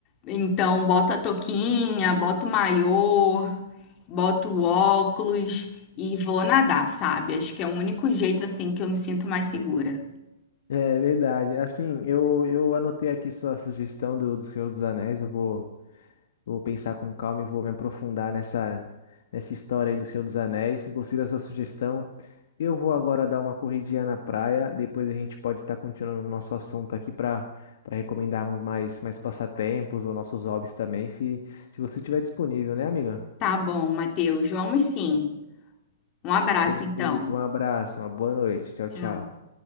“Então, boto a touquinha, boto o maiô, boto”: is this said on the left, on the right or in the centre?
Left